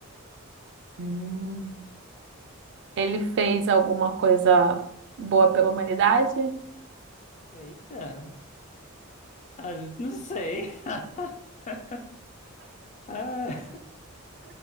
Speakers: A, on the right; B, on the left.
A: Hum. Ele fez alguma coisa boa pela humanidade?
B: Eita. Ah, não sei. <laughs> Ah,